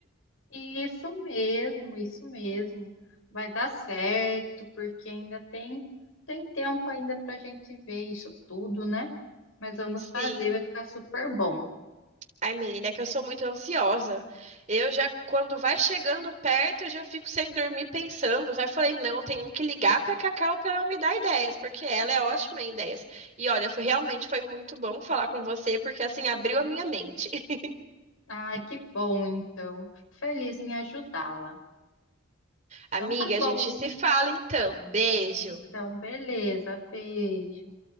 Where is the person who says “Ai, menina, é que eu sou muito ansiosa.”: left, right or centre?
Right